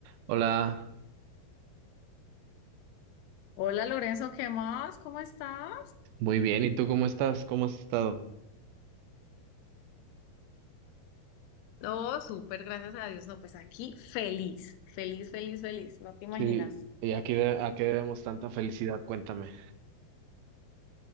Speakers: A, on the right; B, on the left.
A: Hola,
B: Hola Lorenzo, ¿qué más? ¿Cómo estás?
A: muy bien. ¿Y tú cómo estás? ¿Cómo has estado?
B: Oh, súper, gracias a Dios. No, pues aquí feliz, feliz, feliz, feliz, no te imaginas.
A: Sí, ¿y a qué, de- a qué debemos tanta felicidad? Cuéntame.